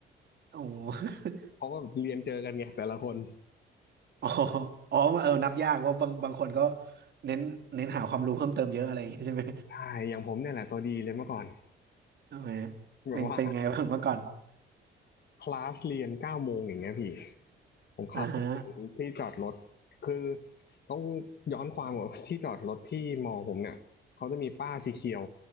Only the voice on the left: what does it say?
เพราะว่าเรียนเจอกันไงแต่ละคน
ใช่อย่างผมเนี่ยแหละตัวดีเลยเมื่อก่อน
แบบว่า
คลาสเรียนเก้าโมงอย่างเงี้ยพี่
ผมขับไปถึงที่จอดรถ
คือต้องย้อนความก่อนที่จอดรถที่มอผมเนี่ยเขาจะมีป้ายสีเขียว